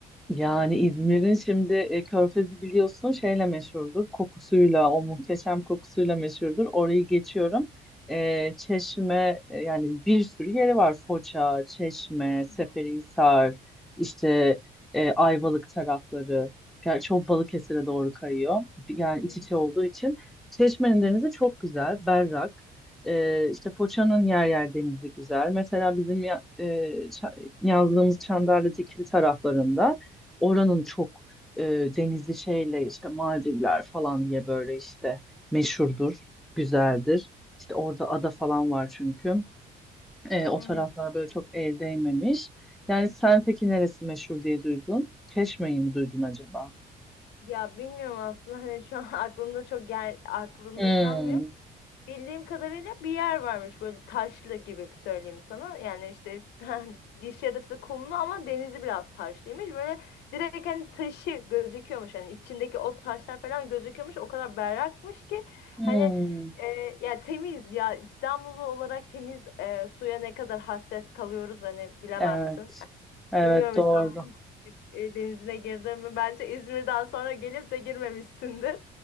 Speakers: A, in the centre; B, on the left.
A: Yani İzmir'in şimdi e, Körfezi biliyorsun şeyle meşhurdur. Kokusuyla, o muhteşem kokusuyla meşhurdur. Orayı geçiyorum. E, Çeşme e, yani bir sürü yeri var. Foça, Çeşme, Seferihisar,
B: Hı hı.
A: işte e, Ayvalık tarafları. Gerçi o Balıkesir'e doğru kayıyor. Bir- Yani iç
B: Hı hı.
A: içe olduğu için. Çeşme'nin denizi çok güzel, berrak. E, işte Foça'nın yer yer denizi güzel. Mesela bizim ya- e, ça- yazdığımız Çandarlı Dikili taraflarında oranın çok e, denizli şeyle işte Maldivler falan diye böyle işte meşhurdur, güzeldir. İşte orada ada falan var çünkü. E, o
B: Hı
A: taraflar
B: hı.
A: böyle çok el değmemiş. Yani sen peki neresi meşhur diye duydun? Çeşme'yi mi duydun acaba?
B: Ya bilmiyorum aslında hani şu an <laughs> aklımda çok yer aklımda
A: Hmm,
B: kalmıyor. Bildiğim kadarıyla bir yer varmış böyle taşlı gibi bir söyleyeyim sana. Yani işte <laughs> diş yarısı kumlu ama denizi biraz taşlıymış. Böyle direkt hani taşı gözüküyormuş. Hani içindeki o taşlar falan gözüküyormuş. O kadar berrakmış ki
A: hmm.
B: hani e, ya temiz ya İstanbullu olarak temiz e, suya ne kadar hasret kalıyoruz hani bilemezsin.
A: Evet, evet
B: Bilmiyorum
A: doğru.
B: İstanbul'un hiç gelip, e, denizine girdin mi? Bence İzmir'den sonra gelip de girmemişsindir.